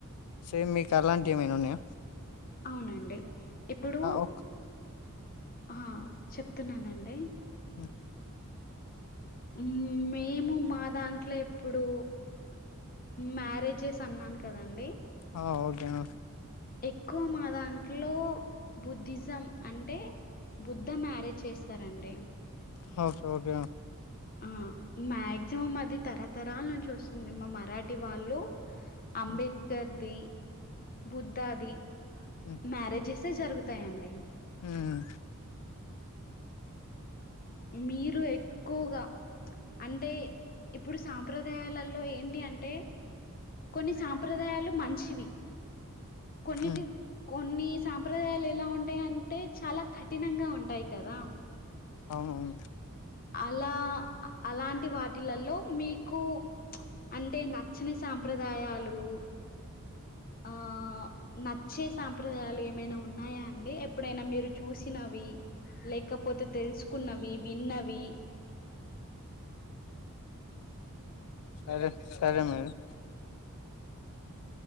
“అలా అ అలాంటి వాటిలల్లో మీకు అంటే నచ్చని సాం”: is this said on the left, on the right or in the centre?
Left